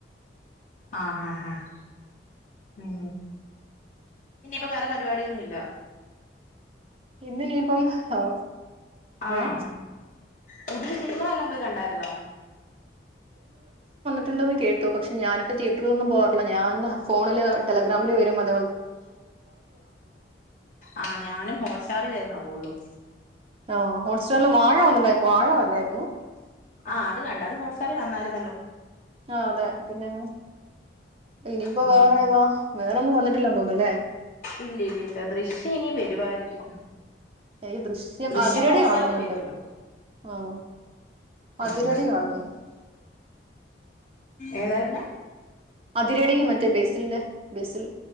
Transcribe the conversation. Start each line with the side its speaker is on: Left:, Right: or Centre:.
Left: ആഹ് ആഹ് ആഹ് ഉം ഇനിയിപ്പ വേറെ പരിപാടിയൊന്നുല്ല
Right: ഇന്നിനിപ്പം അ്
Left: ആഹ്
Right: ഏ
Left: പുതിയ സിനിമ വല്ലോം പോയി കണ്ടായിരുന്നോ
Right: ട്ട്ണ്ടന്ന് കേട്ടു പക്ഷേ ഞാനിപ്പ തീയറ്ററിലൊന്നും പോവാറില്ല ഞാൻ ഫോണില് ടെലഗ്രാമില് വരും അ
Left: ആഹ് ഞാനും ഹോട്ട്സ്റ്റാറിൽ വരുന്ന കൂടലും
Right: ഓ ഹോട്ട്സ്റ്റാറില് വാഴ വന്നിണ്ടായിരുന്നു വാഴ കണ്ടായിരുന്നു
Left: ആഹ് അത് കണ്ട അത് ഹോട്ടസ്റ്റാറി വന്നായിരുന്നല്ലോ
Right: ആഹ് അതെ പിന്നെ ഇനിപ്പോ
Left: ഉം
Right: വേറേതാ വേറൊന്നും വന്നിട്ടില്ല തോന്നുന്നല്ലേ
Left: ഇല്ല ഇല്ല ഇല്ല ദൃശ്യം ഇനി വരുവായിരിക്കും
Right: ഈ
Left: ദൃശ്യം
Right: അതിരടി
Left: ഹോട്ട്സ്റ്റാറിൽ
Right: കാണുന്നുണ്ട്
Left: വരുവല്ലോ
Right: ആ
Left: ഉം
Right: അതിരടി കാണുന്നു
Left: ഏതായിരുന്ന്
Right: അതിരടി മറ്റേ ബേസിലിന്റെ ബേസിൽ